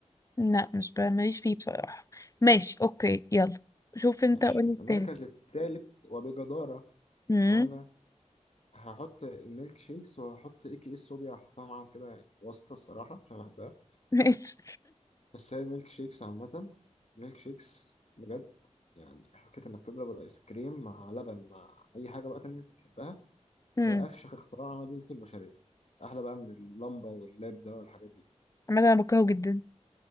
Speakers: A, on the left; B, on the left.
A: لا مش ب- ماليش فيه بصراحه ماشي اوكي يلا شوف انت
B: ماشي
A: قولي
B: طيب
A: التالت
B: المركز الثالث وبجدارة
A: امم
B: أنا هحط الميلك شيكس وهحط اي كي اس صوبيا هحطها معاهم كده يعني واسطة الصراحة عشان بحبها
A: <laughs> ماشي
B: بس هي الميلك شيكس عامة الميلك شيكس بجد يعني حكاية إنك تضرب الآيس كريم مع لبن مع أي حاجة بقى تانية أنت بتحبها
A: امم
B: ده أفشخ اختراع عمله البشرية أحلى بقى من اللمبة واللاب ده والحاجات دي
A: عامه انا بكرهه جدا